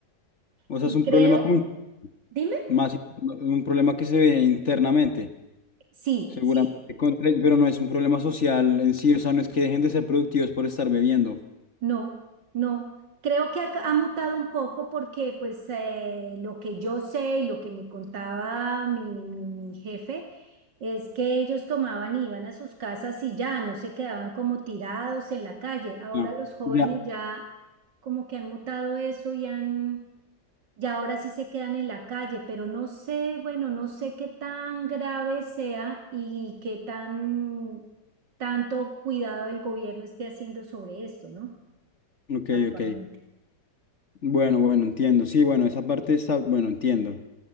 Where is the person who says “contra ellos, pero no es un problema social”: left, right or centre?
Left